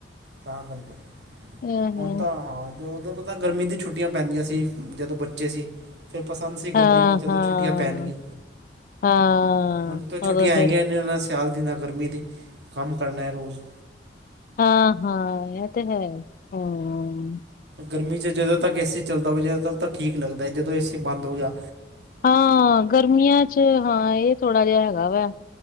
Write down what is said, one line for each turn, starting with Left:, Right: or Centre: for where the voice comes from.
Right: ਤਾਂ ਕਰਕੇ
Left: ਹੂੰ-ਹੂੰ, ਹਾਂ-ਹਾਂ।
Right: ਹੁਨ ਤਾਂ ਹਾਂ ਜਦੋਂ ਓਦੋਂ ਪਤਾ ਗਰਮੀ ਦੀ ਛੁੱਟੀਆਂ ਪੈਂਦੀਆਂ ਸੀ ਜਦੋਂ ਬੱਚੇ ਸੀ। ਫਿਰ ਪਸੰਦ ਸੀ
Left: ਹਾਂ
Right: ਗਰਮੀ ਕੀ ਕਦੋਂ
Left: ਹਾਂ
Right: ਛੁੱਟੀਆਂ ਪੈਨਗੀ
Left: ਹਾਂ
Right: ਹੁਨ-ਹੁਨ ਤੋ ਛੁੱਟੀਆਂ
Left: ਉਦੋਂ ਫੇਰ
Right: ਹੈਗੀਆਂ ਨੇ ਨਾ ਸਿਆਲ ਦੀ ਨਾ ਗਰਮੀ ਦੀ ਕੰਮ ਕਰਨਾ ਐ ਰੋਜ਼
Left: ਹਾਂ-ਹਾਂ ਏ ਤੇ ਹੈ ਹੂੰ
Right: ਗਰਮੀ ਚ ਜਦੋਂ ਤੱਕ ਏ ਸੀ ਚੱਲਦਾ ਹੋਵੇ ਜਦੋਂ ਤੱਕ ਤਾਂ ਠੀਕ ਲੱਗਦਾ ਏ ਜਦੋਂ ਏਸੀ ਬੰਦ ਹੋ ਗੇਆ
Left: ਹਾਂ ਗਰਮੀਆਂ ਚ ਹਾਂ ਏ ਥੋੜਾ ਜਾ ਹੈਗਾ ਵਾ